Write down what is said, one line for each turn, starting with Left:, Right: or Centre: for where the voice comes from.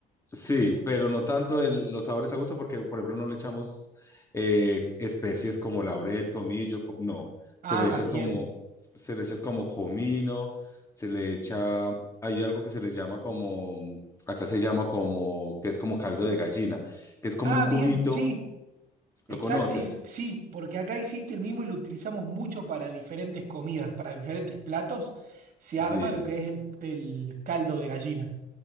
Left: Sí, pero no tanto el- los sabores a gusto, porque por ejemplo no le echamos eh, especies como laurel, tomillo, co- no,
Right: Ah,
Left: se le echa es
Right: bien.
Left: como, se le echa es como comino, se le echa, hay algo que se le llama como, acá se llama como, que es como caldo de gallina, que es como
Right: Ah,
Left: un cubito,
Right: bien, sí. Exacto,
Left: ¿lo conoces?
Right: es, sí, porque acá existe el mismo y lo utilizamos mucho para diferentes comidas, para diferentes platos, se
Left: Sí.
Right: arma lo que es el, el caldo de gallina.